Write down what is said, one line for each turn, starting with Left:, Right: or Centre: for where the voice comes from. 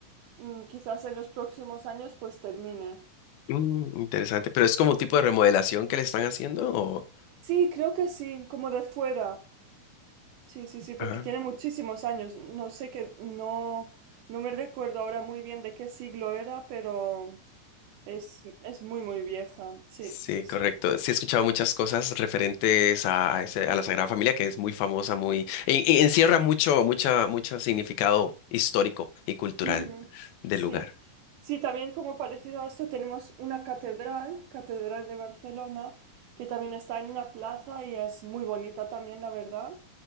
Right: mm, quizás en los próximos años pues termine.
Left: Mm, interesante. Pero es como un tipo de remodelación que le están haciendo, o...
Right: Sí, creo que sí, como de fuera. Sí, sí, sí, porque
Left: Ajá.
Right: tiene muchísimos años. No sé qué, no, no me recuerdo ahora muy bien de qué siglo era, pero es, es muy, muy vieja. Sí,
Left: Sí,
Right: sí,
Left: correcto.
Right: sí.
Left: Sí, he escuchado muchas cosas referentes a, a ese- a la Sagrada Familia, que es muy famosa, muy, en- en- encierra mucho, mucha, mucho significado histórico y cultural
Right: Ujú.
Left: del
Right: Sí.
Left: lugar.
Right: Sí, también como parecido a esto tenemos una catedral, Catedral de Barcelona, que también está en una plaza y es muy bonita también, la verdad.